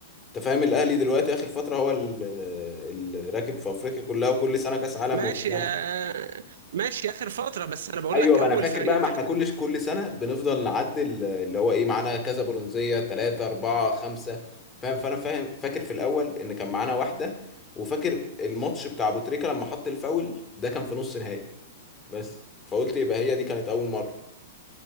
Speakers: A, on the left; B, on the right.
A: انت فاهم الاهلي دلوقتي اخر فتره هو ال- الراكب في افريقيا كلها وكل سنه كاس عالم
B: ماشي
A: وبتاع
B: يا- ماشي اخر فتره بس انا بقول
A: ايوه
B: لك
A: ما
B: اول
A: انا فاكر
B: فريق
A: بقى
B: انت
A: ما احنا
B: كنت
A: كل كل سنه بنفضل نعدل اللي هو ايه معانا كذا برونزيه ثلاثه اربعه خمسه فاهم فانا فاهم فاكر في الاول ان كان معانا واحده وفاكر الماتش بتاع ابو تريكه لما حط الفاول ده كان في نص نهائي بس فقلت يبقى هي دي كانت اول مره